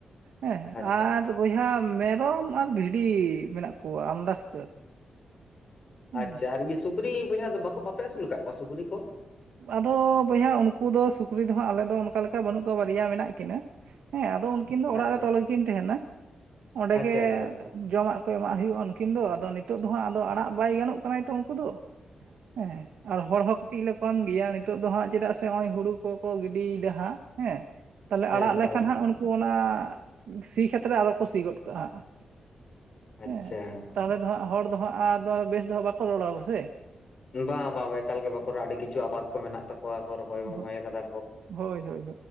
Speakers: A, on the right (about 85°); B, on the left (about 40°).
A: ᱦᱮᱸ
B: ᱟᱪᱪᱷᱟ
A: ᱟᱨ ᱵᱚᱭᱦᱟ ᱢᱮᱨᱚᱢ ᱟᱨ ᱵᱷᱤᱰᱤ ᱢᱮᱱᱟᱜ ᱠᱚᱣᱟ ᱟᱢᱫᱟ ᱥᱩᱛᱟᱹᱨ ᱦᱮᱸ
B: ᱟᱪᱪᱷᱟ ᱟᱨ ᱤᱭᱟᱹ ᱥᱩᱠᱨᱤ ᱵᱚᱭᱦᱟ ᱫᱚ ᱵᱟᱠᱚ ᱵᱟᱯᱮ ᱟᱹᱥᱩᱞ ᱟᱠᱟᱫ ᱠᱚᱣᱟ ᱥᱩᱠᱨᱤ ᱠᱚ?
A: ᱟᱫᱚ ᱵᱚᱭᱦᱟ ᱩᱱᱠᱩ ᱫᱚ ᱥᱩᱠᱨᱤ ᱫᱚᱦᱟᱸᱜ ᱟᱞᱮ ᱫᱚ ᱚᱱᱠᱟ ᱞᱮᱠᱟ ᱵᱟᱹᱱᱩᱜ ᱠᱚᱣᱟ ᱵᱟᱨᱭᱟ ᱢᱮᱱᱟᱜ ᱠᱤᱱᱟᱹ᱾ ᱦᱮᱸ ᱟᱫᱚ ᱩᱱᱠᱤᱱ ᱫᱚ ᱚᱲᱟᱜ
B: ᱟᱪᱪᱷᱟ
A: ᱨᱮ ᱛᱚᱞᱠᱤᱱ ᱛᱟᱦᱮᱱᱟ ᱚᱸᱰᱮ
B: ᱟᱪᱪᱷᱟ
A: ᱜᱮ
B: ᱟᱪᱪᱷᱟ ᱟᱪᱪᱷᱟ
A: ᱡᱚᱢᱟᱜ ᱠᱚ ᱮᱢᱟᱜ ᱦᱩᱭᱩᱜᱼᱟ ᱩᱱᱠᱤᱱ ᱫᱚ ᱟᱫᱚ ᱱᱤᱛᱚᱜ ᱫᱚ ᱦᱟᱜ ᱟᱫᱚ ᱟᱲᱟᱜ ᱵᱟᱭ ᱜᱟᱱᱚᱜ ᱠᱟᱱᱟᱭ ᱛᱚ ᱩᱱᱠᱩ ᱫᱚ᱾ ᱦᱮᱸ ᱟᱨ ᱦᱚᱲ ᱦᱚᱸᱠ ᱠᱚᱢ ᱜᱮᱭᱟ ᱱᱤᱛᱚᱜ ᱫᱚ ᱦᱟᱸᱜ ᱪᱮᱫᱟᱜ ᱥᱮ ᱱᱚᱜ-ᱚᱭ ᱦᱩᱲᱩ ᱠᱚᱠᱚ ᱜᱤᱰᱤᱭᱮᱫᱟ ᱦᱟᱸᱜ᱾ ᱦᱮᱸ ᱛᱟᱦᱚᱞᱮ
B: ᱦᱮᱸ
A: ᱟᱲᱟᱜ
B: ᱮᱠᱟᱞ
A: ᱞᱮᱠᱷᱟᱱ
B: ᱮᱠᱟᱞ
A: ᱦᱟᱸᱜ ᱚᱱᱟ ᱥᱤ ᱠᱷᱮᱛᱨᱮ ᱟᱨᱚ ᱠᱚ ᱥᱤ ᱜᱚᱫ ᱠᱟᱜᱼᱟ ᱦᱟᱸᱜ᱾
B: ᱟᱪᱪᱷᱟ
A: ᱦᱮᱸ ᱛᱟᱦᱚᱞᱮ ᱫᱚ ᱦᱟᱸᱜ ᱦᱚᱲ ᱫᱚ ᱦᱟᱸᱜ ᱟᱫᱚ ᱵᱮᱥ ᱫᱚ ᱦᱟᱸᱜ ᱵᱟᱠᱚ ᱨᱚᱲᱟᱫᱟ ᱥᱮ᱾
B: ᱵᱟᱝ ᱵᱟᱝ ᱮᱠᱟᱞ ᱜᱮ ᱵᱟᱠᱷᱟᱨᱮ ᱟᱹᱰᱤ ᱠᱤᱪᱷᱩ ᱟᱵᱟᱫ ᱠᱚ ᱢᱮᱱᱟᱜ ᱛᱟᱠᱚᱣᱟ ᱾ ᱠᱚ ᱠᱚ ᱨᱚᱦᱚᱸ ᱢᱚᱦᱚᱭ
A: ᱦᱳᱭ
B: ᱠᱟᱫᱟ
A: ᱦᱳᱭ ᱦᱳᱭ